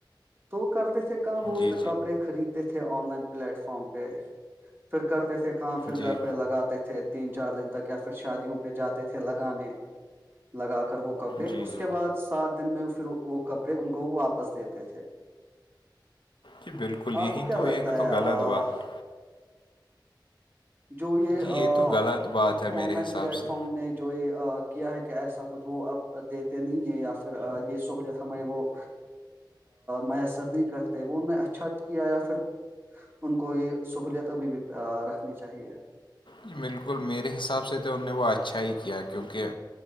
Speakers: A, on the right; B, on the left.
A: تو کرتے تھے وہ
B: جی
A: اس پہ کپڑے خریدتے تھے آن لائن پلیٹ فارم پہ پھر کرتے تھے پھر
B: جی
A: گھر
B: جی
A: پہ لگاتے تھے تین چار دن تک یا پھر شادیوں پہ جاتے تھے پھر لگانے لگا کر وہ کپڑے
B: جی
A: اس کے بعد سات دن میں پھر وہ کپڑے ان کو واپس دیتے تھے
B: جی بالکل یہی
A: آپ کو کیا
B: تو
A: لگتا
B: یہ تو
A: ہے
B: غلط
A: آ
B: بات
A: جو یہ
B: جی تو غلط بات
A: اب
B: ہے
A: آن
B: میرے
A: لائن
B: حساب
A: پلیٹ
B: سے
A: فارم نے جو یہ کیا ہے کہ ایسا کچھ وہ اب دیتے نہیں ہے یا پھر یہ سہولت ہماری وہ میسر نہیں کرتے وہ انوں نے اچھا کیا یا پھر ان کو یہ سہوولت ابھی بھی رکھنی چاہیے
B: جی بالکل میرے حساب سے تو انوں نے وہ اچھا ہی کیا کیونکہ